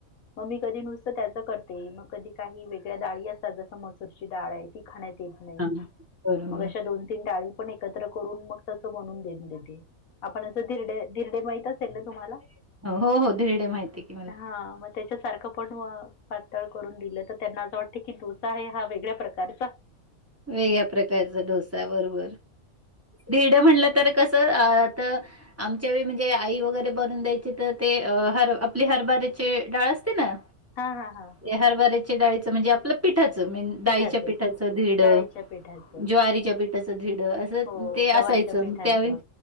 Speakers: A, on the left; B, on the right.
A: मग मी कधी नुसतं त्याचं करते, मग कधी काही वेगळ्या डाळी असतात. जसं मसूरची डाळ आहे ती खाण्यात येत नाही
B: हां, बरोबर.
A: मग अशा दोन तीन डाळी पण एकत्र करून मग त्याचे बनवून देते. आपण आस धिरडे, धिरडे माहित असतील कळलं तुम्हाला
B: हो, हो. धिरडे माहिती आहे की मला.
A: हा म त्याच्या सारखं पण पातळ करून दिलं, तर त्यांना असं वाटत की डोसा आहे हा वेगळ्या प्रकारचा
B: वेगळ्या प्रकारचा डोसा बरोबर धिरड म्हणलं तर कसं? आ त आमच्या वेळी म्हणजे आई वगैरे बनून द्यायची तर, ते हर आपली हरभाऱ्याची डाळ असते ना
A: हा हा हा.
B: ते हरभऱ्याच्या डाळीच म्हणजे आपल पिठाच डाळीच्या
A: पिठाचंच.
B: पिठाच धिरड,
A: डाळीच्या
B: ज्वारी
A: पिठाचं.
B: ज्वारीच्या पिठाचं धिरड असं
A: हो,
B: ते
A: गव्हाच्या
B: असायचं
A: पिठाचं.
B: त्यावेळी